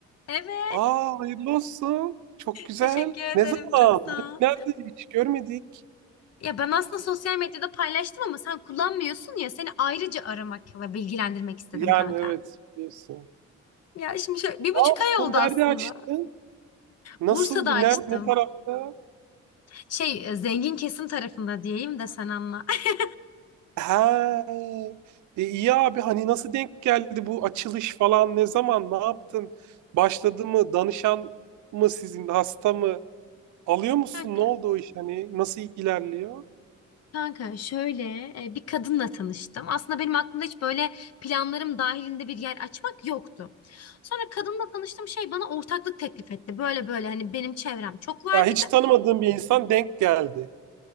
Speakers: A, on the left; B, on the right.
A: Evet,
B: Aa hayırlı olsun. Çok güzel.
A: teşekkür ederim.
B: Ne zaman?
A: Çok sağ ol.
B: Nerede? Hiç görmedik.
A: Ya ben aslında sosyal medyada paylaştım ama sen kullanmıyorsun ya. Seni ayrıca aramak ve bilgilendirmek istedim
B: Yani
A: kanka.
B: evet. Biliyorsun.
A: Ya şimdi şöyle
B: Ne
A: bir buçuk
B: yaptın?
A: ay oldu aslında.
B: Nerede açtın? Nasıl
A: Bursa'da
B: bu?
A: açtım.
B: Nerede? Ne tarafta?
A: Şey e, zengin kesim tarafında diyeyim de sen anla. <laughs>
B: He. E, iyi abi hani nasıl denk geldi bu açılış falan? Ne zaman? Ne yaptın? Başladı mı? Danışan mı sizin? Hasta mı? Alıyor musun?
A: Kanka,
B: Ne oldu o iş? Hani nasıl ilerliyor?
A: kanka şöyle e, bir kadınla tanıştım. Aslında benim aklımda hiç böyle planlarım dahilinde bir yer açmak yoktu. Sonra kadınla tanıştım şey bana ortaklık teklif etti. Böyle böyle hani benim çevrem çok var
B: Ya hiç
A: dedi.
B: tanımadığım bir insan denk geldi.